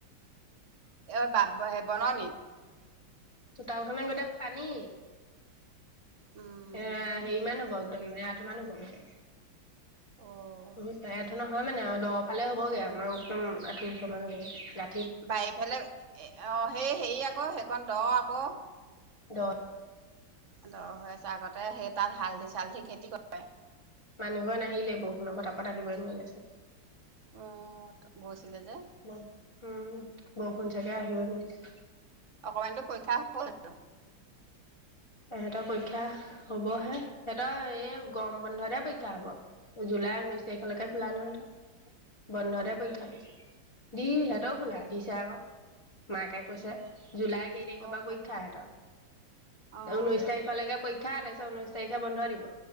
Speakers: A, on the right (about 45°); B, on the left (about 20°).
A: অ বাব হে বন নক
B: চোতাওখনে গোটেই পানী
A: উম
B: এ হেৰিমান বন্ধ কিমান? বৰ্তমানো‌ বগা চাগে
A: অ'
B: বহুত তাইট নহয় মানে আৰু দফালে হ'বগে আমাৰ একদম আঠোছৰ মান হ'ব গা
A: বাৰিফালে অ সেই হেৰি আকৌ সেইকণ দ আকৌ ক
B: দহ
A: দৰ হৈ আছে আগতে সেই তাত হালধি চালধি খেতি কৰে।
B: মানুহৰ নাহিলে বহুৰ কথা ক'ত আহিব এনেই ইয়াত
A: অ' গৈছিলে যে
B: চোন। উম বৰষুণ চাগে‌ আহিবি নোৱাৰিছে। <inaudible>
A: অকমানিতোৰ পৰীক্ষা হ'ল?
B: সেহঁতৰ পৰীক্ষা হবহে সিহঁতৰ এ গৰম বন্ধতে পৰিক্ষা ক্ষা হব। জুলাই ঊনৈশ তাৰিখলৈকে খোলা নহয় সিহঁতৰ। বন্ধতে
A: উম
B: পৰীক্ষা দিছে দি সিহঁতেও
A: উম
B: খোলা
A: উম
B: দিছে আকৌ। মাকে কৈছে,
A: উম
B: জুলাইৰ কেই তাৰিখৰ
A: অ'
B: পৰা পৰীক্ষা আহেতৰ?
A: অ'
B: উঊৈশ তাৰিখৰলৈকে পৰীক্ষা তাৰ পিছত ঊনৈশ তাৰিখে বন্ধ দিব।